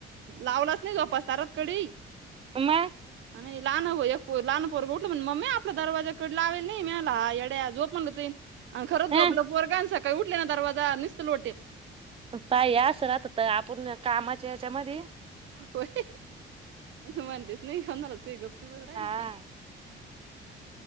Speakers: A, on the right; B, on the right.
A: लावलाच नाही जोपासताच डायरेक्ट कडी.
B: म!
A: नाही लहान एको लहान पोर ऊठलं म्हनि मम्मे आपला दरवाजा कडी लावेली नाही. मी म्हटलं झोप हा यड्या आण खरंच
B: हं
A: झोपलं पोरग आणि सकाळी उठले ना दरवाजा निसत लोटेल.
B: पाय अस राहत्यात आपण कामाच्या याच्यामधी
A: होय म्हणलीच नाही कोणाला सगळे गपचुपच राहिले.
B: हा